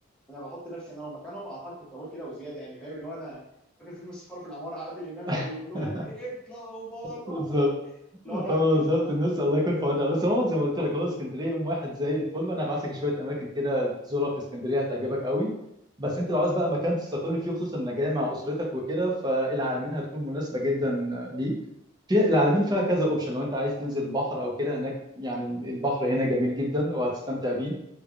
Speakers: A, in the centre; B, on the right (about 20°).
A: انا بحط نفسي انا لو مكانهم اعتقد كنت اقول كده وزياده يعني فاهم اللي هو انا فاكر فيلم السفاره في العماره عادل امام
B: <laughs>
A: وبيقول لهم إيه اطلعوا بره
B: بالظبط
A: فاهم لو انا
B: اه
A: اعمل كده
B: بالظبط
A: مع كل
B: الناس
A: اللي
B: الله
A: جاي
B: يكون في عونها بس هو زي ما قلت لك هو اسكندريه يوم واحد زي الفل وانا هبعت لك شويه اماكن كده تزورها في اسكندريه هتعجبك قوي بس انت لو عايز بقى مكان تستقر فيه خصوصا انك جاي مع اسرتك وكده فالعلمين هتكون
A: م-
B: مناسبه جدا ليك في العلمين
A: م-
B: فيها كذا اوبشن لو انت عايز تنزل البحر او كده هناك يعني البحر هنا جميل جدا وهتستمتع بيه